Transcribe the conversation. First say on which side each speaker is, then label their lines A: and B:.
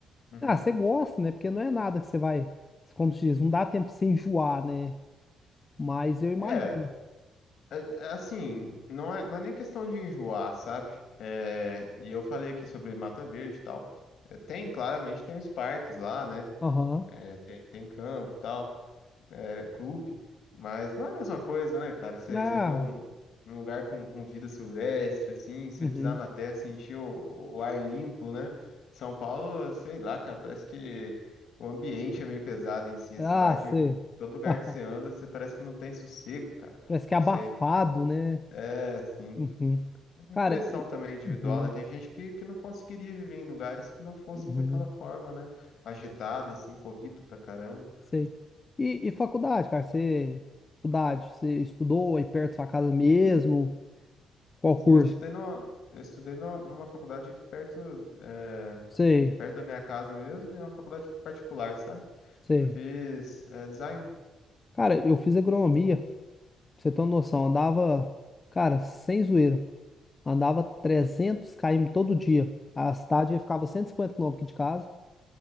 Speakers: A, on the left; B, on the left.
A: Uhum.
B: Ah, você gosta, né? Porque não é nada que você vai, como se diz, não dá tempo de se enjoar, né? Mas eu imagino.
A: É, É- é Assim, não é, não é nem questão de enjoar, sabe? É, e eu falei aqui sobre Mata Verde e tal. É, tem, claramente, tem os parques lá, né?
B: Aham.
A: É, Tem, tem campo e tal, é, clube. Mas não é a mesma coisa, né, cara? Você
B: Ah,
A: você vê um, um lugar com, com vida silvestre, assim, você
B: uhum.
A: pisar na terra, sentir o, o ar limpo, né? São Paulo, sei lá, cara, parece que o ambiente é meio pesado em si. A
B: Ah,
A: cidade,
B: você.
A: todo lugar
B: <laughs>
A: que você anda, você parece que não tem sossego, cara.
B: Parece que
A: Não
B: é abafado,
A: sei.
B: né?
A: É, sim.
B: Uhum.
A: A
B: Cara,
A: impressão
B: e.
A: também é individual,
B: Uhum.
A: né? Tem gente que, que não conseguiria viver em lugares que não fossem
B: Uhum.
A: daquela forma, né? Agitado, assim, corrido pra caramba.
B: Sei. E, e faculdade, cara? Você. Faculdade, você estudou aí perto da sua casa mesmo? Qual
A: Sim,
B: curso?
A: eu estudei numa, eu estudei numa, numa faculdade aqui perto, é,
B: Sei,
A: perto da minha casa mesmo, e é uma faculdade particular, sabe?
B: sei.
A: Eu fiz, é, design.
B: Cara, eu fiz agronomia. Pra você ter uma noção, andava, cara, sem zoeira. Andava trezentos km todo dia. A cidade ficava 150 km aqui de casa,